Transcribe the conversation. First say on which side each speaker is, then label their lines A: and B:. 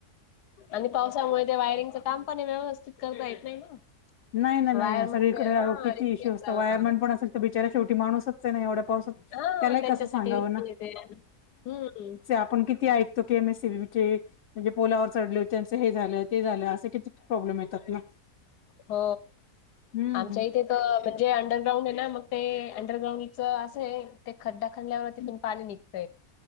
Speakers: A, on the left; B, on the left.
A: आणि पावसामुळे ते वायरिंगच काम पाणे व्यवस्थित, करता येत नाही ना,
B: नाही ना नाही
A: वायर
B: ना सगळीकडे
A: म्हणजे हा
B: किती
A: रिस्की
B: इश्यू
A: असतात.
B: असत वायरमन पण असेल तर, बिचारा शेवटी माणूसच आहे नाही एवढं पावसात
A: हा
B: त्याला
A: त्यांच्यासाठी
B: कस सांगावना,
A: रिस्की येते हम्म
B: आपण किती? <inaudible> म्हणजे पुलावर चढले त्याच हे झालं ते झालं असे किती प्रॉब्लेम येतात ना
A: हो
B: हम्म
A: आमच्या
B: हम्म.
A: इथे, तर म्हणजे अंडरग्राउंड आहे ना, मग ते अंडरग्राउंडचं असं आहे. ते खड्डा खाणल्यावरती तिथुन पाणी निघत.